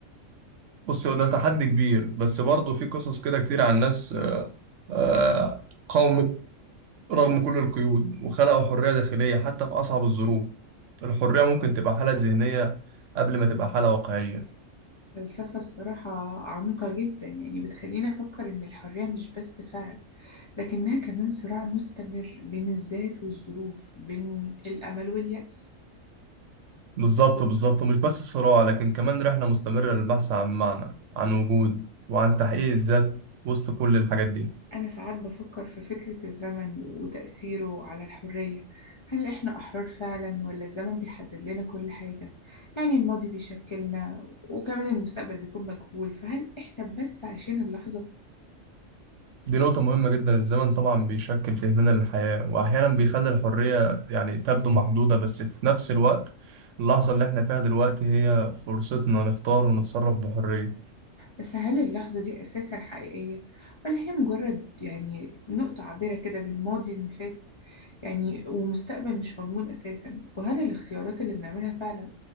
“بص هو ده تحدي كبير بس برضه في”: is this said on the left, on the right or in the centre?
Right